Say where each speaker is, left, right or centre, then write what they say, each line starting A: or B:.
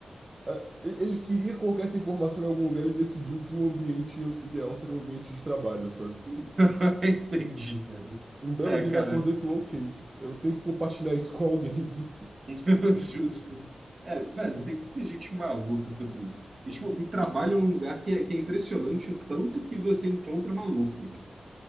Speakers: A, on the right (about 30°); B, on the right (about 45°).
A: ah, ele, ele queria colocar essa informação em algum lugar, ele decidiu que o ambiente ideal seria um ambiente de trabalho, sabe?
B: <laughs> Entendi, velho.
A: Um belo
B: É,
A: dia
B: cara,
A: ele acordou e falou: Ok, eu tenho que compartilhar isso com alguém.
B: <laughs> justo. É, velho,
A: <laughs>
B: tem muita gente maluca por aí. E, tipo, e trabalha
A: Hum,
B: num lugar que é, que é impressionante o tanto que você encontra maluco.